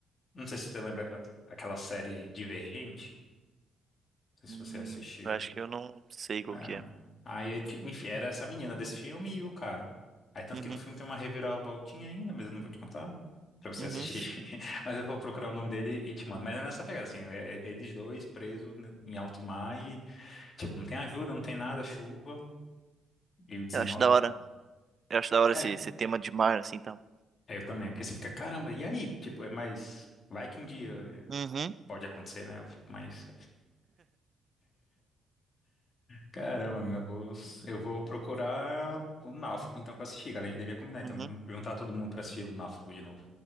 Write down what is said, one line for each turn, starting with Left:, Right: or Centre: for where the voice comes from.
Left: não sei se você lembra ah, aquela série Divergente. Não sei se
Right: Hum,
Left: você assistiu.
Right: eu acho que eu não sei qual
Left: É.
Right: que é.
Left: Aí, é que- enfim, era essa menina desse filme e o cara. Aí, tanto
Right: Uhum.
Left: que no filme tem uma reviravoltinha ainda, mas eu não vou te contar pra você
Right: Uhum.
Left: assistir. <laughs> Mas eu vou procurar o nome dele e te mando. Mas é nessa pegada, assim, é- eles dois presos ne- em alto mar e, tipo, não tem ajuda, não tem nada, chuva e o desenrolar.
Right: Eu acho da hora. Eu acho da hora
Left: É,
Right: esse, esse tema de mar, assim, tal.
Left: é, eu também, porque você fica, caramba, e aí? Tipo, é mais. Vai que um dia eh,
Right: Uhum.
Left: pode acontecer, né? Eu fico mais. Caramba, meu bolsa. Eu vou procurar o Náufrago, então, pra assistir, cara. A gente devia combinar, então,
Right: Uhum.
Left: jun- juntar todo mundo pra assistir o Náufrago de novo.